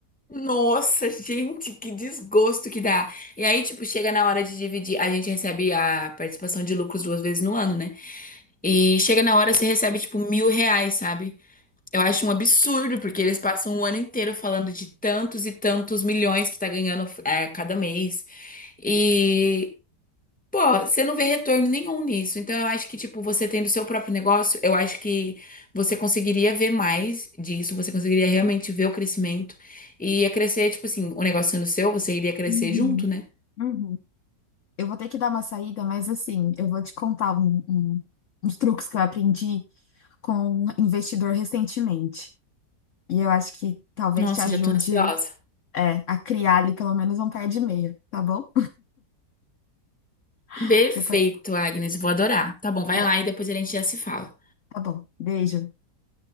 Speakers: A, in the centre; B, on the left (about 60°).
A: Nossa, gente, que desgosto que dá. E aí, tipo, chega na hora de dividir. A gente recebe a participação de lucros duas vezes no ano, né? E chega na hora, você recebe, tipo, mil reais, sabe? Eu acho um absurdo, porque eles passam o ano inteiro falando de tantos e tantos milhões que tá ganhando é, cada mês. E Pô, você não vê retorno nenhum nisso. Então, eu acho que, tipo, você tendo seu próprio negócio, eu acho que você conseguiria ver mais disso, você conseguiria realmente ver o crescimento. E ia crescer, tipo assim, o negócio sendo seu, você iria crescer
B: Uhum,
A: junto, né?
B: uhum. Eu vou ter que dar uma saída, mas assim, eu vou te contar um- um- uns truques que eu aprendi com um investidor recentemente. E eu acho que talvez
A: Nossa,
B: te ajude
A: já tô ansiosa.
B: é, a criar ali pelo menos um par de meia, tá bom? <laughs>
A: Perfeito,
B: Depois,
A: Agnes, vou adorar. Tá bom, vai
B: de-
A: lá e depois a gente já se fala.
B: tá bom. Beijo.